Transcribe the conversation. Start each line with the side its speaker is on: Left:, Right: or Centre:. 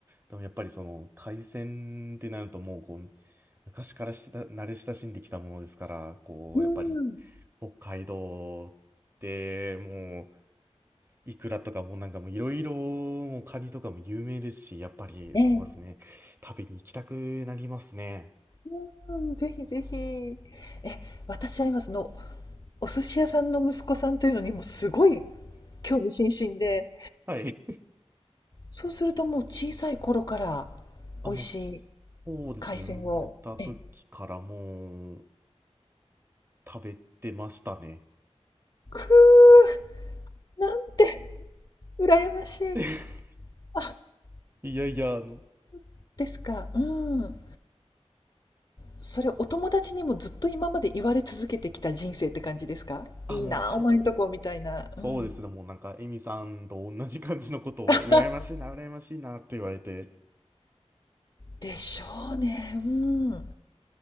Right: でもやっぱりその、海鮮ってなるともう、こう、昔からしてた、慣れ親しんできたものですから、こう、
Left: うーん。
Right: やっぱり、北海道ってもうイクラとかもうなんかもういろいろもうカニとかも有名ですし、やっぱりそうですね、
Left: ええ。
Right: 食べに行きたくなりますね。
Left: うーん、ぜひぜひ。え、私は今そのお寿司屋さんの息子さんというのにもすごい興味津々で、
Right: はい。
Left: そうするともう小さい頃から
Right: あ、
Left: 美味しい
Right: もうそうですね、
Left: 海鮮を、
Right: 生まれた時からもう
Left: え、
Right: 食べてましたね。
Left: くう、なんて羨ましい。
Right: <laughs>
Left: あ、
Right: いやいや、
Left: そ
Right: あの、
Left: うですか。うん。それお友達にもずっと今まで言われ続けてきた人生って感じですかいいなあ、
Right: あ、もうそう、
Left: お前んとこみたいな。うん。
Right: そうですね、もうなんかエミさんと同じ感じのことを羨ましいな、
Left: <laughs>
Right: 羨ましいなって言われて、い
Left: でしょうね。うん。